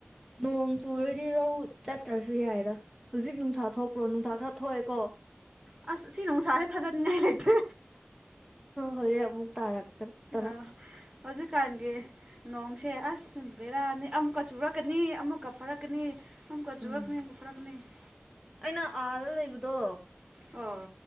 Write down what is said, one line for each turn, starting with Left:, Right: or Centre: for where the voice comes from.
Centre: ꯅꯣꯡ ꯆꯨꯔꯗꯤ ꯔꯧ ꯆꯠꯇ꯭ꯔꯁꯨ ꯌꯥꯏꯗ ꯍꯧꯖꯤꯛ ꯅꯨꯡꯁꯥ ꯊꯣꯛꯄ꯭ꯔꯣ ꯅꯨꯡꯁꯥ ꯈꯔ ꯊꯣꯛꯑꯦꯀꯣ
Right: ꯑꯁ ꯁꯤ ꯅꯨꯡꯁꯥꯁꯦ ꯊꯥꯖꯅꯤꯡꯉꯥꯏ ꯂꯩꯇꯦ
Centre: ꯍꯣꯔꯦꯟ ꯑꯃꯨꯛ ꯇꯥꯔꯛꯇ ꯇꯅ
Right: ꯑꯥ ꯍꯧꯖꯤꯛꯀꯥꯟꯒꯤ ꯅꯣꯡꯁꯦ ꯑꯁ ꯕꯦꯔꯥꯅꯤ ꯑꯃꯨꯛꯀ ꯆꯨꯔꯛꯀꯅꯤ ꯑꯃꯨꯛꯀ ꯐꯥꯔꯛꯀꯅꯤ <unintelligible>
Centre: ꯎꯝ ꯑꯩꯅ ꯑꯥꯗ ꯂꯩꯕꯗꯣ
Right: ꯑꯣ